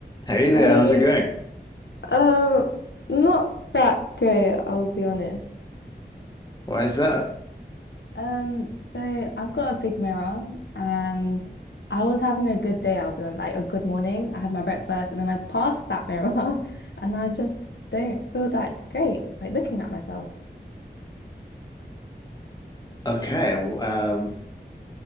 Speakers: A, on the left; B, on the left.
A: Hey there,
B: Hey,
A: how's it going?
B: Um, not that great, I'll be honest.
A: Why is that?
B: um, so I've got a big mirror and I was having a good day, I'll be on like a good morning. I had my breakfast and then I passed that mirror <laughs> and I just don't feel that great, like looking at myself.
A: Okay, um,